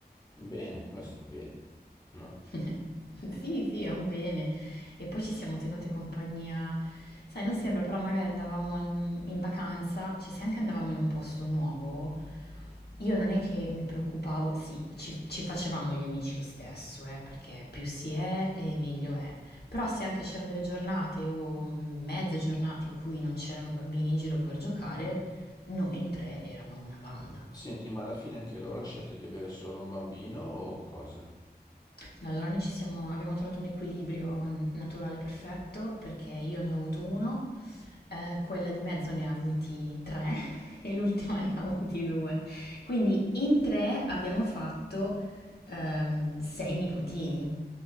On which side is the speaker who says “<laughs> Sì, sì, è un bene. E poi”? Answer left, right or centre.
Left